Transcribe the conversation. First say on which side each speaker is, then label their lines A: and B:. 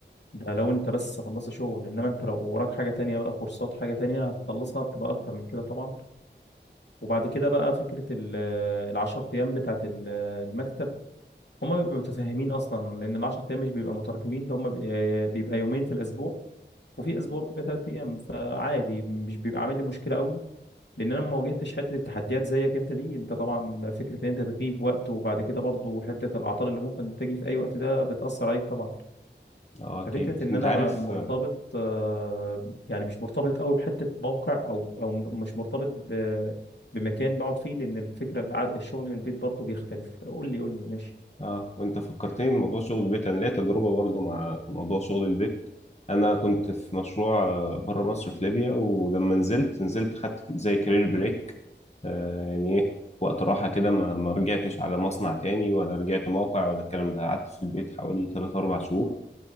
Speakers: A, on the left; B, on the left.
A: ده لو انت بس خلصت شغل انما انت لو وراك حاجة تانية بقى كورسات حاجة تانية هتخلصها بتبقى اكتر من كده طبعا وبعد كده بقى فكرة ال- العشر ايام بتاعت ال- المكتب هما بيبقوا متفاهمين اصلا لان العشر ايام مش بيبقى متراكمين ده هما بي- بيبقى يومين في الاسبوع وفي اسبوع بيبقى ثلاث ايام فعادي مش بيبقى عامل لي مشكله قوي لان انا ما واجهتش حته التحديات زيك انت دي انت طبعا فكره ان انت تغيب وقت وبعد كده برضو حته الاعطال اللي ممكن تجي في اي وقت ده بتاثر عليك طبعا
B: اه اكيد
A: ففكره ان
B: انت
A: انا
B: عارف
A: ما مرتبط آه، يعني مش مرتبط قوي بحته موقع او او مش مرتبط ب- بمكان بقعد فيه لان الفكره الع- الشغل من البيت برضو بيختلف قول لي قول لي ماشي
B: اه وانت فكرتني بموضوع شغل البيت انا ليا تجربه برضو مع موضوع شغل البيت انا كنت في مشروع آه، بره مصر في ليبيا ولما نزلت نزلت خدت زي كارير بريك آه يعني ايه وقت راحه كده ما ما رجعتش على مصنع تاني ولا رجعت موقع ولا الكلام ده قعدت في البيت حوالي 3 4 شهور